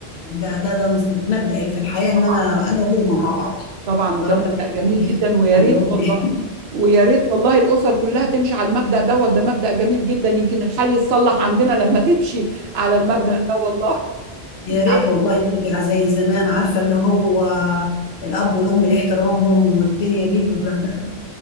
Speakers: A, on the left; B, on the right.
A: ده ده ده مبدئي في الحياة
B: طبعا
A: إن أنا أنا وهو مع بعض
B: طبعا وده
A: وربنا
B: مبدأ جميل
A: يخليهم
B: جدا ويا ريت والله
A: لي
B: ويا ريت والله الاسر كلها تمشي على المبدأ دوت ده مبدأ جميل جدا يمكن الحال يتصلح عندنا لما تمشي على المبدأ
A: والله
B: ده والله
A: يا
B: انت
A: ريت
B: عارفه
A: والله نرجع زي زمان عارفة اللي هو الأب والأم احترامهم والدنيا دي ب-